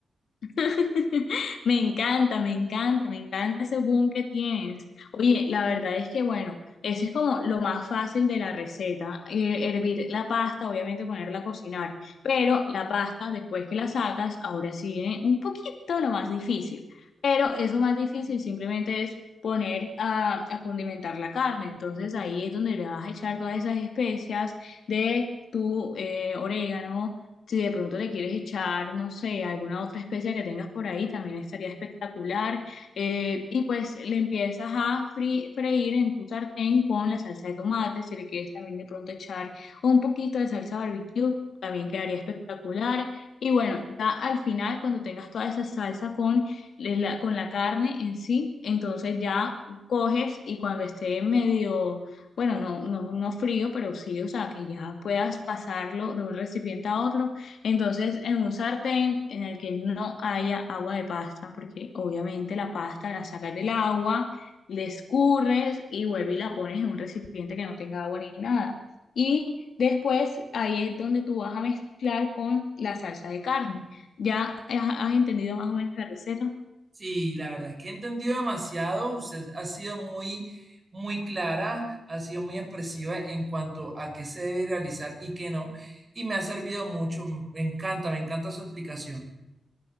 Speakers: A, on the left (about 75°); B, on the right (about 30°).
A: <laughs> Me encanta, me encanta, me encanta ese boom que tienes. Oye, la verdad es que, bueno, eso es como lo más fácil de la receta. eh, hervir la pasta, obviamente ponerla a cocinar, pero la pasta, después que la sacas, ahora sí viene un poquito lo más difícil. Pero eso más difícil simplemente es poner a, a condimentar la carne. Entonces ahí es donde le vas a echar todas esas especias de tu eh, orégano si de pronto le quieres echar, no sé, alguna otra especia que tengas por ahí, también estaría espectacular. Eh, y pues le empiezas a fri- freír en tu sartén con la salsa de tomate. Si le quieres también de pronto echar un poquito de salsa barbecue, también quedaría espectacular. Y bueno, ya al final, cuando tengas toda esa salsa con eh, la, con la carne en sí, entonces ya coges y cuando esté medio bueno, no, no, no frío, pero sí, o sea, que ya puedas pasarlo de un recipiente a otro, entonces, en un sartén en el que no haya agua de pasta, porque obviamente la pasta la sacas del agua, le escurres y vuelves y la pones en un recipiente que no tenga agua ni nada. Y después ahí es donde tú vas a mezclar con la salsa de carne. ¿Ya has has entendido más o menos la receta?
B: Sí, la verdad es que he entendido demasiado. Usted ha sido muy, muy clara, ha sido muy expresiva en cuanto a qué se debe realizar y qué no. Y me ha servido mucho. Me encanta, me encanta su explicación.